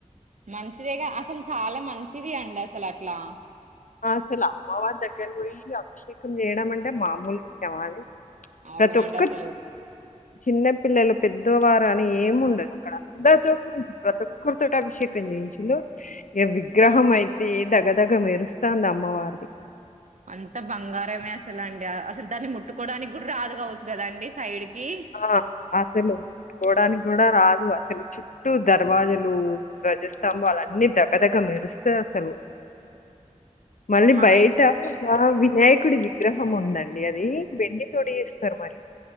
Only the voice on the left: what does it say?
అసల్ అమ్మవారి దగ్గర పోయి అభిషేకం చేయడం అంటే మామూల్ విషయమా అది
ప్రతి ఒక్క
చిన్న పిల్లలు పెద్దవారు అని ఏమి ఉండదు అక్కడ, అందరితోోటి ను ప్రతి ఒక్కరితోోటి, అభిషేకం చేయించిలు ఈ విగ్రహం అయితే దగదగ మెరుస్ తాంది అమ్మవార్ ది
ఆ అసలుకోడానికి కూడా రాద్ అసలు చుట్టూ దర్వాజలు ధ్వజస్తంబాల్ అన్నీ దగ్గదగ్గ మెరుస్తాయి అసలు మళ్ళీ
బయట
ఆ వినాయక్ కుడి విగ్రహం ఉందండి అది వెండి తొడి చేస్తారు మరి